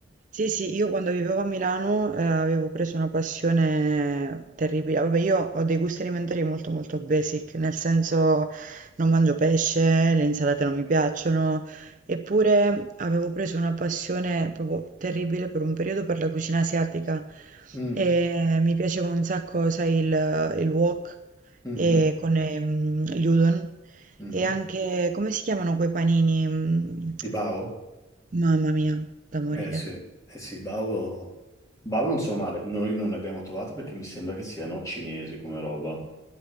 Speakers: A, on the right; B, on the left.
A: Sì, sì, io quando vivevo a Milano eh, avevo preso una passione terribile. Vabbè, io ho dei gusti alimentari molto molto basic, nel senso non mangio pesce, le insalate non mi piacciono, eppure avevo preso una passione proprio terribile per un periodo per la cucina asiatica
B: Mm,
A: e mi piaceva un sacco, sai, il, il wok
B: mhm,
A: e con ehm, gli udon.
B: mhm.
A: E anche, come si chiamano quei panini? Mm,
B: I bao?
A: Mamma mia, da
B: Eh
A: morire.
B: sì, eh sì, Bao, Bao non so male, noi non ne abbiamo trovati perché mi sembra che siano cinesi come roba,